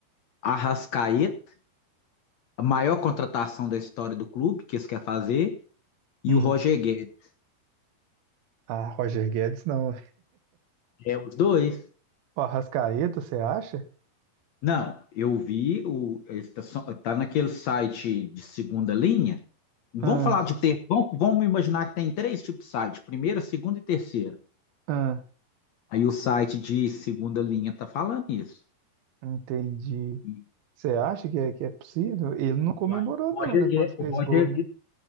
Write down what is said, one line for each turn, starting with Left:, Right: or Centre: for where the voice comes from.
Left: Arrascaeta, a maior contratação da história do clube que eles querem fazer, e
Right: Hum.
Left: o Roger Guedes.
Right: Ah, Roger Guedes não.
Left: É os dois.
Right: O Arrascaeta, você acha?
Left: Não, eu vi o eles tá, son- tá naquele site de segunda linha. Vamos
Right: Ah,
Left: falar de ter, vamos, vamos imaginar que tem três tipos de site, primeira, segunda e terceira.
Right: ah,
Left: Aí o site de segunda linha tá falando isso.
Right: entendi.
Left: E,
Right: Você acha que é, que é possível? Ele não comemorou,
Left: uai, o
Right: não,
Left: Roger
Right: né? Quando
Left: Guedes,
Right: fez gol, né?